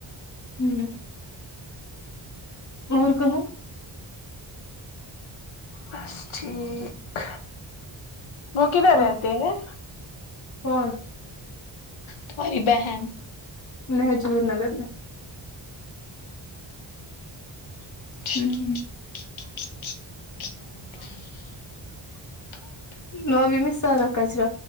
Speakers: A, on the left; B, on the left.
A: ہوں اور کہو
B: بس ٹھیک وہ کدھر
A: اور
B: رہتے ہیں
A: کون
B: تمہاری بہن
A: مجور نگر میں
B: <inaudible>
A: میں
B: <inaudible>
A: لوبی میں سارا کچرا